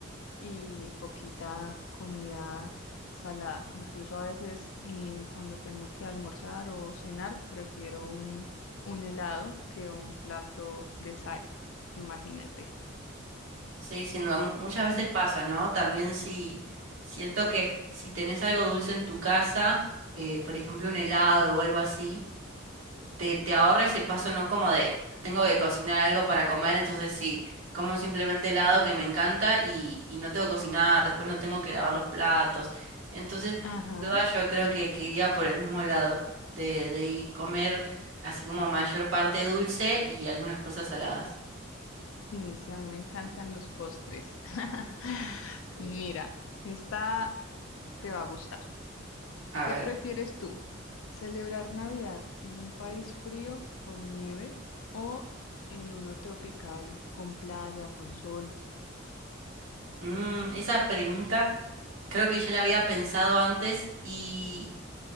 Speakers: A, on the left; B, on the right.
A: y poquita comida salada. Incluso a veces eh, cuando tengo que almorzar o cenar, prefiero un, un helado que un plato de sal, imagínate.
B: Sí, sin duda, mu- muchas veces
A: Mm.
B: pasa, ¿no? También si siento que si tenés algo dulce en tu casa, eh, por ejemplo un helado o algo así, te, te ahorra ese paso, ¿no? Como de, tengo que cocinar algo para comer, entonces sí, como simplemente helado que me encanta y, y no tengo que cocinar, después no tengo que lavar los platos. Entonces,
A: Ajá,
B: sin duda yo creo que, que iría por el mismo lado de, de ir comer así como mayor parte dulce y algunas cosas saladas.
A: sí, sí, a mí me encantan los postres. <laughs>
B: Sí.
A: Mira, esta te va a gustar.
B: A
A: ¿Qué
B: ver.
A: prefieres tú? ¿Celebrar Navidad en un país frío con nieve o en uno tropical con playa, con sol?
B: Mm, esa pregunta creo que ya la había pensado antes y